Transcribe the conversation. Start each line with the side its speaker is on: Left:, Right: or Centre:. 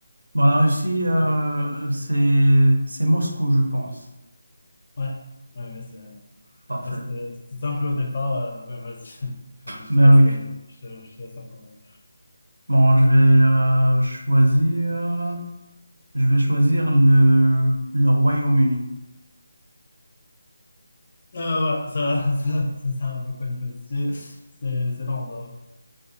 Right: Bon, la Russie, euh,
Left: Oui.
Right: euh, c'est c'est Moscou, je pense.
Left: Ouais. Ouais, ouais, c'est,
Right: Parfait.
Left: ouais, c'était c'était simple au départ. euh, ouais, vas-y. <laughs> Vas-y, je
Right: Mais
Left: te laisse,
Right: oui.
Left: euh, je te, je te laisse la parole.
Right: Bon, je vais euh, choisir je vais choisir le le Royaume-Uni.
Left: Euh, ouais, ça, <laughs> ça, ça, c'est un peu connu aussi. C'est c'est l'Andorre.